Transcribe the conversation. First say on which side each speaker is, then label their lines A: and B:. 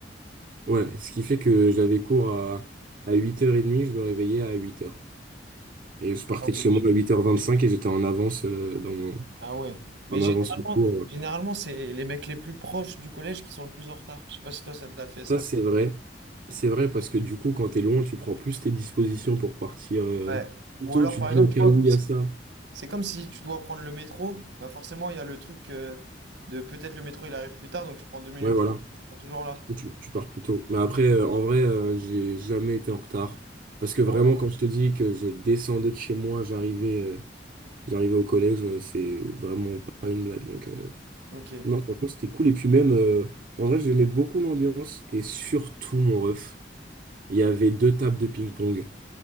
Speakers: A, on the right; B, on the right.
A: ouais, ce qui fait que j'avais cours à, à 8h30, je me réveillais à huit heures Et je partais
B: Ah ouais.
A: de chez moi à huit heures vingt-cinq et j'étais en avance euh, dans mon,
B: Ah ouais. Mais
A: en
B: généralement,
A: avance au cours. euh.
B: généralement c'est les mecs les plus proches du collège qui sont le plus en retard. Je sais pas si toi, ça te l'a fait, ça.
A: Ça, c'est vrai. C'est vrai parce que du coup, quand t'es loin, tu prends plus tes dispositions pour partir euh,
B: Ouais.
A: plus
B: Ou
A: tôt.
B: alors,
A: Tu
B: par
A: te dis
B: exemple,
A: au cas
B: tu vois,
A: où il
B: c'est
A: y a ça.
B: c'est comme si tu dois prendre le métro. Bah forcément, il y a le truc euh, de peut-être le métro, il arrive plus tard, donc tu prends deux minutes.
A: Ouais, voilà.
B: de- retard. T'es toujours là.
A: Tu, tu pars plus tôt. Mais après, euh, en vrai, euh, j'ai jamais été en retard. Parce que vraiment,
B: Ah ouais?
A: quand je te dis que je descendais de chez moi, j'arrivais euh, j'arrivais au collège, euh, c'est vraiment pas une blague. Donc, euh,
B: Ok.
A: non, franchement, c'était cool. Et puis même, euh, en vrai, j'aimais beaucoup l'ambiance. Et surtout, mon ref, il y avait deux tables de ping-pong.